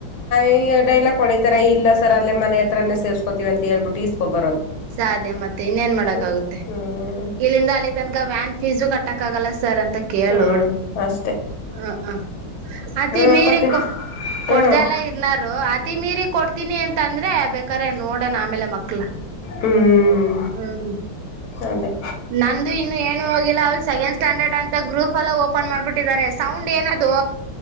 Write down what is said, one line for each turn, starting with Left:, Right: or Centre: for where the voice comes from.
Left: ಈ ಡೈಲಾಗ್ ಹೊಡಿತಾರೆ ಇಲ್ಲ ಸರ್ ಅಲ್ಲೆ ಮನೆ ಹತ್ರನೇ ಸೇರಿಸ್ಕೊತ್ತೀವಿ ಅಂತ ಹೇಳ್ಬಿಟ್ಟು ಇಸ್ಕೊ ಬರೋದು
Right: ಸಾಧ್ಯ ಮತ್ತೆ ಇನ್ನೇನ್ ಮಾಡಕ್
Left: ಹ್ಮ್
Right: ಆಗುತ್ತೆ
Left: ಹ್ಮ್
Right: ಇಲ್ಲಿಂದ ಅಲ್ಲಿ ತನಕ ವ್ಯಾನ್ ಫೀಸು ಕಟ್ಟಕ್ ಆಗಲ್ಲ ಸರ್ ಅಂತ ಕೇಳೋಡು
Left: ಹ್ಮ ಅಷ್ಟ
Right: ಹ ಹ್ಮಅತಿ
Left: ಮಾಡ್ಕೋತೀನಿ
Right: ಮೀರಿ ಕೊಡ್ದ
Left: ಹ್ಮ್
Right: ಎಲ್ಲಾ ಇರ್ನಾರು ಆತಿ ಮೀರಿ ಕೊಡ್ತೀನಿ ಅಂತ ತಂದ್ರೆ ಬೇಕಾರೆ ನೋಡಣ ಆಮೇಲೆ ಮಕ್ಳ
Left: ಹ್ಮ್
Right: ಹ್ಮ
Left: ಅದೇ
Right: ನಂದುು ಇನ್ನು ಏನು ಹೋಗಿಲ್ಲ ಅವ ಸೆಕೆಂಡ್ ಸ್ಟ್ಯಾಂಡರ್ಡ್ ಅಂತ ಗ್ರೂಪ್ ಎಲ್ಲ ಓಪನ್ ಮಾಡ್ಬಿಟ್ಟಿದ್ದಾರೆ ಸೌಂಡ್ ಏನ್ ತೋ